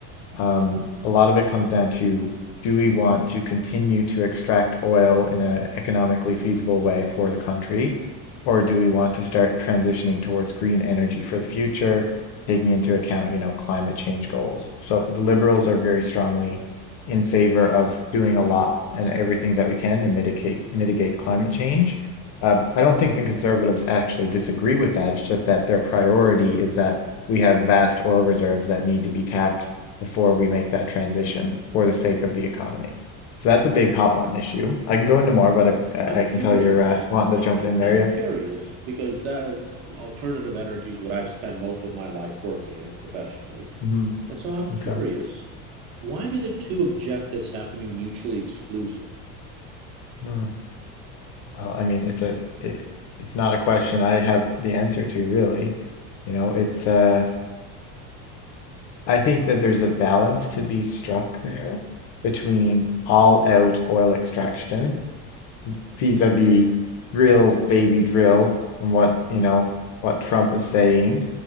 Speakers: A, on the left (about 45°); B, on the right (about 55°).
A: Um, a lot of it comes down to do we want to continue to extract oil in an economically feasible way for the country, or do we want to start transitioning towards green energy for the future, taking into account, you know, climate change goals? So the liberals are very strongly in favor of doing a lot and everything that we can and mitigate mitigate climate change. Um, I don't think the conservatives actually disagree with that. It's just that their priority is that we have vast oil reserves that need to be tapped before we make that transition for the sake of the economy. So that's a big hop on issue. I can go into more, but I I
B: I'm
A: I
B: curious.
A: can tell you're uh, wanting to
B: I,
A: jump in there.
B: am
A: Yeah.
B: curious because that alternative energy is what I've spent most of my life working in professionally.
A: hmm
B: And so I'm curious
A: Okay.
B: why do the two objectives have to be mutually exclusive?
A: Hmm. Well, I mean, it's a it, it's not a question I have the answer to really. You know, it's uh I think that there's a balance to be struck there between all out oil extraction vis-a-vis drill baby drill and what, you know, what Trump is saying